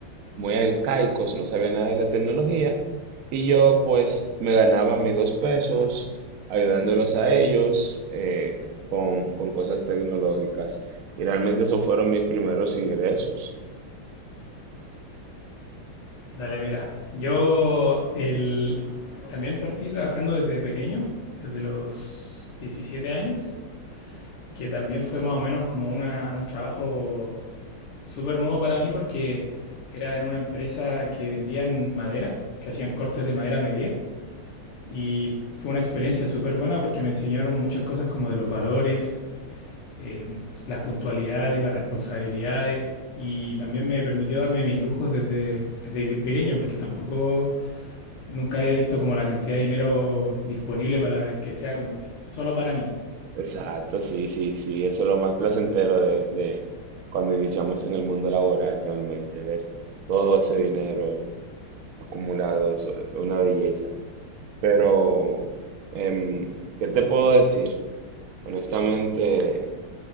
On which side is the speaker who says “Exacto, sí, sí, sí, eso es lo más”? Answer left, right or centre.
Right